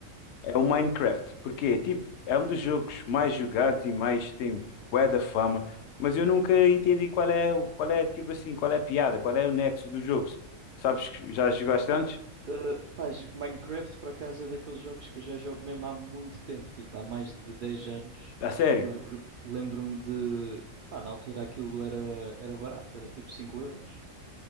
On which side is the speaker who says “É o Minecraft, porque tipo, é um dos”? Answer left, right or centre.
Left